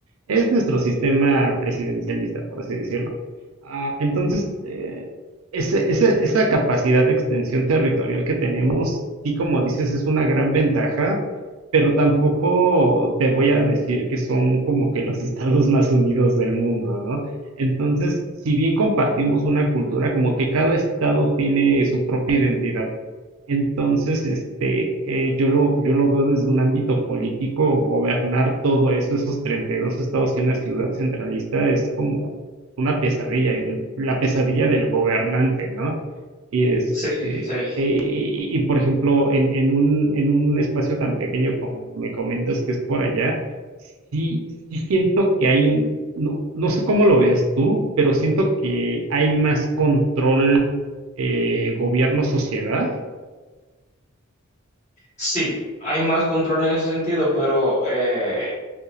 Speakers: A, on the right; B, on the left.
A: es nuestro sistema presidencialista, por así decirlo. Ah, entonces, eh, esa, esa, esa capacidad de extensión territorial que tenemos, sí, como dices, es una gran ventaja, pero tampoco te voy a decir que son como que los <laughs> estados más unidos del mundo, ¿no? Entonces, si bien compartimos una cultura, como que cada estado tiene su propia identidad. Entonces, este, eh, yo lo, yo lo veo desde un ámbito político, gobernar todo eso, esos 32 estados y una ciudad centralista es como una pesadilla, el- la pesadilla del gobernante, ¿no? Y este,
B: Sí, sí.
A: eh, y, y, por ejemplo, en, en un, en un espacio tan pequeño como me comentas que es por allá, sí, sí siento que hay un, no, no sé cómo lo veas tú, pero siento que hay más control, eh, gobierno-sociedad
B: Sí, hay más control en ese sentido, pero eh,